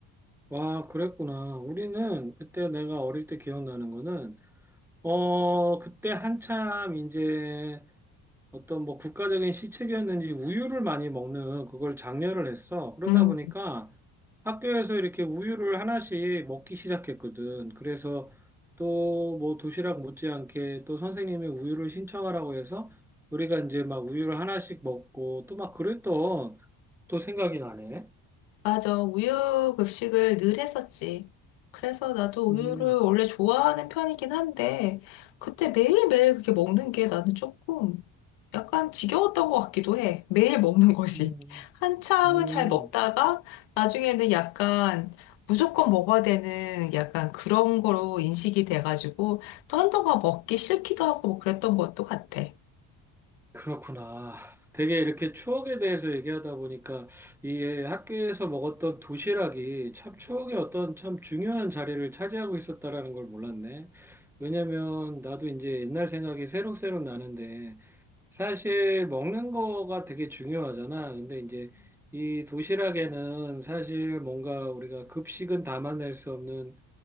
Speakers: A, in the centre; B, on the left (about 85°).
A: 와, 그랬구나. 우리는 그때 내가 어릴 때 기억나는 거는, 어, 그때 한참 이제 어떤 뭐 국가적인 시책이었는지 우유를 많이 먹는 그걸 장려를 했어. 그러다
B: 음.
A: 보니까 학교에서 이렇게 우유를 하나씩 먹기 시작했거든. 그래서 또 뭐 도시락 못지않게 또 선생님이 우유를 신청하라고 해서 우리가 이제 막 우유를 하나씩 먹고 또 막 그랬던 또 생각이 나네.
B: 맞아. 우유 급식을 늘 했었지. 그래서 나도 우유를
A: 음,
B: 원래 좋아하는 편이긴 한데, 그때 매일매일 그게 먹는 게 나는 조금 약간 지겨웠던 것 같기도 해. 매일 먹는 것이.
A: 음,
B: <laughs> 한참은
A: 음.
B: 잘 먹다가, 나중에는 약간 무조건 먹어야 되는 약간 그런 거로 인식이 돼가지고, 또 한동안 먹기 싫기도 하고 뭐 그랬던 것도 같아.
A: 그렇구나. 되게 이렇게 추억에 대해서 얘기하다 보니까 이 학교에서 먹었던 도시락이 참 추억의 어떤 참 중요한 자리를 차지하고 있었다라는 걸 몰랐네. 왜냐면 나도 이제 옛날 생각이 새록새록 나는데 사실 먹는 거가 되게 중요하잖아. 근데 이제 이 도시락에는 사실 뭔가 우리가 급식은 담아낼 수 없는